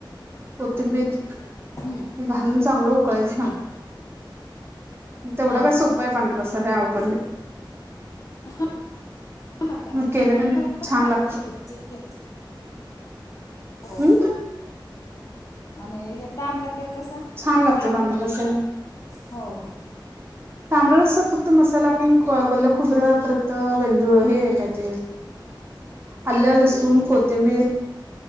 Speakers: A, on the right (about 30°); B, on the left (about 40°).
A: कोथिंबीर हे
B: हम्म
A: घालून चांगलं उकळायचं सांग
B: हम्म
A: तेवडा
B: हा
A: काय
B: हा
A: सोपाय पांढरा रस्सा काय लय अवघड नाय.
B: <unintelligible> <unintelligible>
A: केलं का छान लागत
B: हो
A: हम्
B: आणि हे तांबडा तर कसा
A: छान लागतोय
B: आपलं
A: पांढरा रस्सा
B: हो हो.
A: तांबड रस्सा फक्त मसाला आपण वल्ल खोबरं परत वेलदू हे काय ते आल्ल, लसूण, कोथिंबीर,